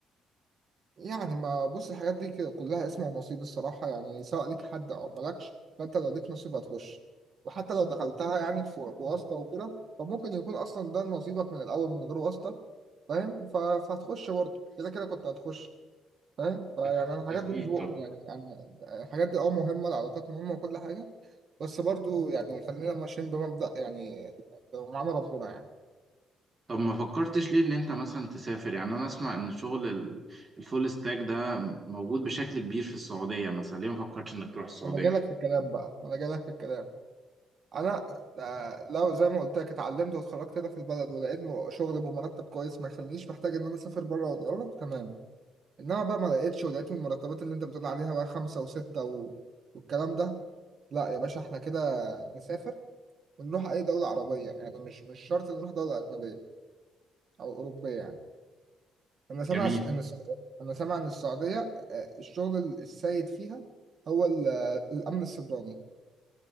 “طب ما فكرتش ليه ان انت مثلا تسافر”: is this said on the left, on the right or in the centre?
Right